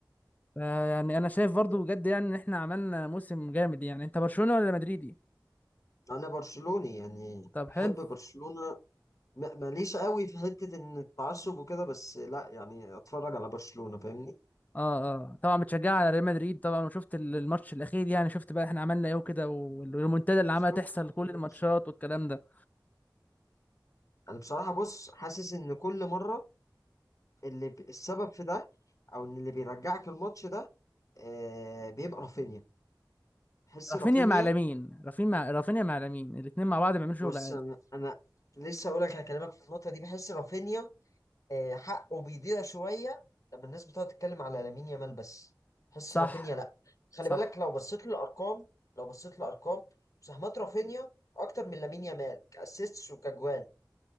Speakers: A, on the left (about 20°); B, on the left (about 45°).
A: ف- يعني انا شايف
B: بس
A: برضو بجد يعني ان احنا عملنا موسم جامد يعني انت برشلونة ولا مدريدي
B: انا برشلوني يعني
A: طب حلو
B: بحب برشلونة م- ماليش قوي في حتة ان التعصب وكده بس لا يعني اتفرج على برشلونة فاهمني
A: اه اه طبعا بتشجع على ريال مدريد طبعا وشفت ال- الماتش الاخير يعني شفت بقى احنا عملنا ايه وكده والريمونتادا اللي عملها
B: شفت
A: تحصل
B: اخر
A: كل
B: ماتش
A: الماتشات والكلام ده
B: انا بصراحة بص حاسس ان كل مرة اللي ب... السبب في ده او ان اللي بيرجعك الماتش ده آه بيبقى رافينيا بحس
A: رافينيا
B: رافينيا
A: مع لامين رافينيا مع رافينيا مع لامين الاثنين مع بعض بيعملوا شغل
B: بص
A: عالي
B: انا أنا لسه هقول لك هكلمك في النقطه دي بحس رافينيا آه، حقه بيضيع شويه لما الناس بتقعد تتكلم على لامين يامال بس بحس
A: صح
B: رافينيا لا خلي
A: صح
B: بالك لو بصيت للارقام لو بصيت للارقام مساهمات رافينيا اكتر من لامين يامال كاسيستس وكجوان